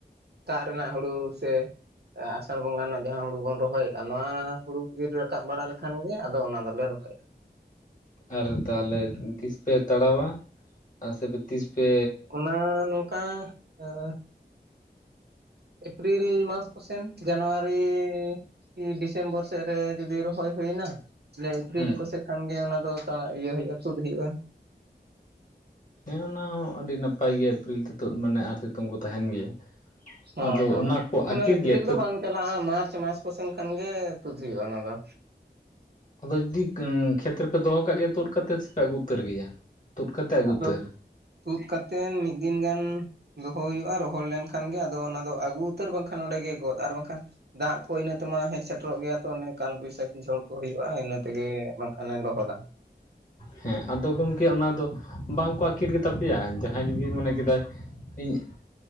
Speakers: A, on the right; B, on the left.
A: ᱫᱟᱜ ᱨᱮᱱᱟᱜ ᱦᱩᱲᱩ ᱥᱮ ᱟᱥᱟᱲ ᱵᱚᱸᱜᱟ ᱨᱮᱱᱟᱜ ᱡᱟᱦᱟᱸ ᱦᱩᱲᱩ ᱵᱚᱱ ᱨᱚᱦᱚᱭᱮᱫᱼᱟ ᱱᱚᱶᱟ ᱦᱩᱲᱩ ᱤᱨ ᱨᱟᱠᱟᱵ ᱵᱟᱲᱟ ᱞᱮᱠᱷᱟᱱ ᱜᱮ ᱟᱫᱚ ᱚᱱᱟ ᱫᱚ ᱵᱮ ᱨᱚᱦᱚᱭ
B: ᱟᱨ ᱛᱟᱦᱚᱞᱮ ᱛᱤᱥ ᱯᱮ ᱛᱟᱲᱟᱣᱟ ᱟᱨ ᱥᱮᱯᱮ ᱛᱤᱥ ᱯᱮ
A: ᱚᱱᱟ ᱱᱚᱝᱠᱟ ᱮᱸ ᱮᱯᱨᱤᱞ ᱢᱟᱥ ᱠᱚᱥᱮᱱ ᱡᱟᱱᱣᱟᱨᱤ ᱠᱤ ᱰᱤᱥᱮᱢᱵᱚᱨ ᱥᱮᱫ ᱨᱮ ᱡᱩᱫᱤ ᱨᱚᱦᱚᱭ ᱦᱩᱭᱱᱟ ᱞᱮ ᱮᱯᱨᱤᱞ
B: ᱦᱩᱸ
A: ᱠᱚᱥᱮᱫ ᱠᱷᱟᱱ ᱜᱮ ᱚᱱᱟ ᱫᱚ ᱛᱟᱲᱟᱜ ᱤᱭᱟᱹ ᱦᱩᱭᱩᱜᱼᱟ ᱛᱩᱫ ᱦᱩᱭᱩᱜᱼᱟ
B: ᱦᱮᱸ ᱚᱱᱟ ᱦᱚᱸ ᱟᱹᱰᱤ ᱱᱟᱯᱟᱭ ᱜᱮᱭᱟ ᱮᱯᱨᱤᱞ ᱛᱤᱛ ᱢᱟᱱᱮ ᱟᱨ ᱥᱤᱛᱩᱝ ᱠᱚ ᱛᱟᱦᱮᱱ ᱜᱮᱭᱟ
A: ᱦᱳᱭ
B: ᱟᱫᱚ
A: ᱦᱳᱭ
B: ᱚᱱᱟ ᱠᱚ ᱟᱹᱠᱤᱨ
A: ᱩᱱᱟᱹᱜ ᱮᱯᱨᱤᱞ
B: ᱜᱮᱭᱟ ᱠᱷᱟᱹᱫ
A: ᱫᱚ ᱵᱟᱝ ᱪᱟᱞᱟᱜᱼᱟ ᱢᱟᱨᱪ ᱢᱟᱥ ᱠᱚ ᱥᱮᱱ ᱠᱷᱟᱱᱜᱮ ᱛᱩᱫ ᱦᱩᱭᱩᱜᱼᱟ ᱚᱱᱟ ᱫᱚ
B: ᱟᱫᱚ ᱡᱩᱫᱤ ᱠᱷᱮᱛ ᱨᱮᱯᱮ ᱫᱚᱦᱚ ᱠᱟᱜ ᱜᱮᱭᱟ ᱛᱩᱫ ᱠᱟᱛᱮ ᱥᱮᱯᱮ ᱟᱹᱜᱩ ᱩᱛᱟᱹᱨ ᱜᱮᱭᱟ ᱛᱩᱫ ᱠᱟᱛᱮ ᱟᱹᱜᱩ
A: ᱟᱫᱚ
B: ᱩᱛᱟᱹᱨ
A: ᱛᱩᱫ ᱠᱟᱛᱮᱫ ᱢᱤᱫ ᱫᱤᱱ ᱜᱟᱱ ᱫᱚᱦᱚ ᱦᱩᱭᱩᱜᱼᱟ ᱨᱚᱦᱚᱲ ᱞᱮᱱᱠᱷᱟᱱᱜᱮ ᱟᱫᱚ ᱚᱱᱟ ᱫᱚ ᱟᱹᱜᱩ ᱩᱛᱟᱹᱨ ᱵᱟᱝᱠᱷᱟᱱ ᱚᱸᱰᱮᱜᱮ ᱜᱚᱫ ᱟᱨ ᱵᱟᱝᱠᱷᱟᱱ ᱫᱟᱜ ᱠᱚ ᱤᱱᱟᱹ ᱛᱮᱢᱟ ᱦᱮᱡ ᱥᱮᱴᱮᱨᱚᱜ ᱜᱮᱭᱟ ᱛᱚ ᱚᱱᱮ ᱠᱟᱞ ᱵᱚᱭᱥᱟᱠᱷᱤ ᱦᱚᱲ ᱠᱚ ᱦᱩᱭᱩᱜᱼᱟ ᱤᱱᱟᱹ ᱛᱮᱜᱮ ᱵᱟᱝᱠᱷᱟᱱᱮ ᱞᱚᱦᱚᱫᱟ
B: ᱦᱮᱸ ᱟᱫᱚ ᱜᱚᱢᱠᱮ ᱚᱱᱟ ᱫᱚ ᱵᱟᱝᱠᱚ ᱟᱹᱠᱤᱨ ᱜᱮᱛᱟ ᱯᱮᱭᱟ ᱡᱟᱦᱟᱸᱭ ᱡᱩᱫᱤ ᱢᱚᱱᱮ ᱠᱮᱫᱟᱭ ᱤᱧ